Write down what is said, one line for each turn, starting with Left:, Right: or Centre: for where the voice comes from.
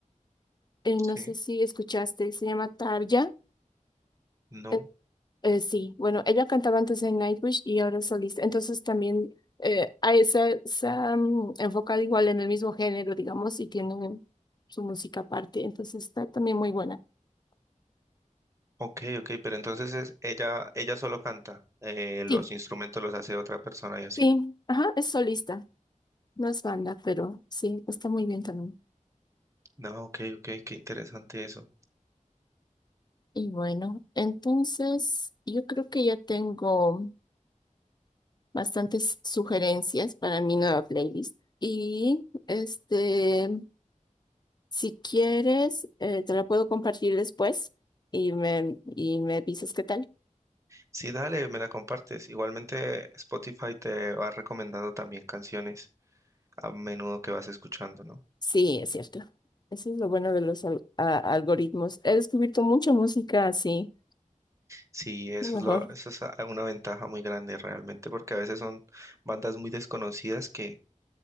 Left: eh, no
Right: Sí.
Left: sé si escuchaste, se llama Tarja.
Right: No.
Left: Eh, eh, sí, bueno, ella cantaba antes en Nightwish y ahora es solista. Entonces también eh, ahí se, se han enfocado igual en el mismo género, digamos, y tiene su música aparte. Entonces está también muy buena. <clears throat>
Right: Ok, ok, pero entonces es- ella, ella solo canta, eh, los
Left: Sí,
Right: instrumentos los hace otra persona y así.
Left: sí, ajá, es solista, no es banda, pero sí, está muy bien también.
Right: No, ok, ok, qué interesante eso.
Left: Y bueno, entonces yo creo que ya tengo. bastantes sugerencias para mi nueva playlist. Y este, si quieres, eh, te la puedo compartir después y me, y me dices qué tal.
Right: Sí, dale, me la compartes. Igualmente Spotify te va recomendando también canciones a menudo que vas escuchando, ¿no?
Left: Sí, es cierto. Eso es lo bueno de los al- a- algoritmos. He descubierto mucha música así,
Right: Sí, eso
Left: lo mejor.
Right: es lo, eso es a- una ventaja muy grande realmente, porque a veces son bandas muy desconocidas que